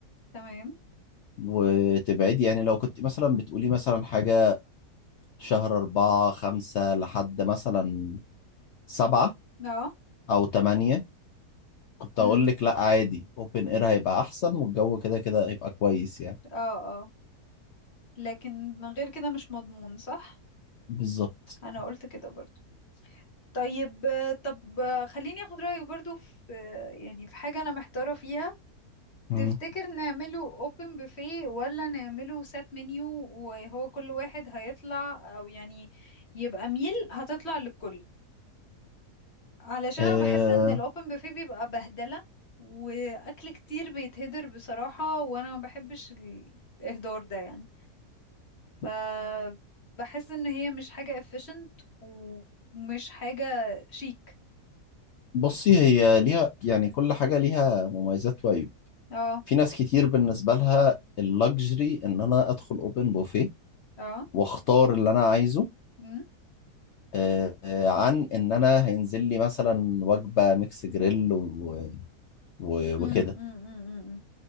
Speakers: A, on the left; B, on the left.
A: تمام
B: وتبعدي يعني لو كنت مثلا بتقولي مثلا حاجة شهر أربعة خمسة لحد مثلا سبعة
A: اه
B: أو تمانية كنت
A: امم
B: أقول لك لأ عادي أوبن إير هيبقى أحسن والجو كده كده هيبقى كويس يعني
A: اه اه لكن من غير كده مش مضمون صح
B: بالظبط
A: انا قلت كده برضو طيب آه، طب آه، خليني اخد رأيك برضو في آه، يعني في حاجة انا محتارة فيها
B: مم.
A: تفتكر نعمله open buffet ولا نعمله set menu وهو كل واحد هيطلع او يعني يبقى ميل هتطلع للكل علشان
B: أه
A: انا بحس ان الاوبن بوفيه بيبقى بهدله واكل كتير بيتهدر بصراحه وانا ما بحبش الاهدار ده يعني ف بحس ان هي مش حاجه efficient ومش حاجه شيك
B: بصي هي ليها يعني كل حاجة ليها مميزات وعيوب
A: اه
B: في ناس كتير بالنسبة لها اللكجري إن أنا أدخل أوبن بوفيه
A: اه
B: وأختار اللي أنا عايزه
A: مم.
B: أه آه، عن إن أنا هينزل لي مثلا وجبة ميكس جريل و- و-
A: مم.
B: وكده
A: مم. مم. مم.